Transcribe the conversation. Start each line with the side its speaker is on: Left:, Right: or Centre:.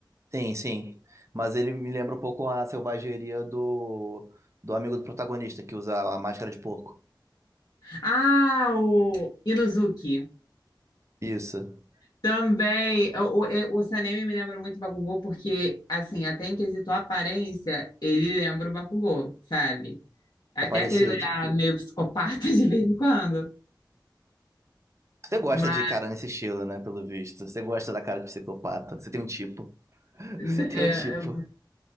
Right: Sim, sim. Mas ele me lembra um pouco a selvageria do, do amigo do protagonista, que usa a máscara de porco.
Left: Ah, o Inuzuki.
Right: Isso.
Left: Também, o, o, o Sanemi me lembra muito o Bakugou, porque, assim, até em quesito aparência, ele lembra o Bakugou, sabe? Até
Right: É parecido.
Left: aquele olhar meio psicopata de vez em quando.
Right: Você gosta
Left: Mas,
Right: de cara nesse estilo, né? Pelo visto. Você gosta da cara de psicopata. Você tem um tipo. <laughs>
Left: né,
Right: Você tem
Left: é,
Right: um tipo.
Left: é,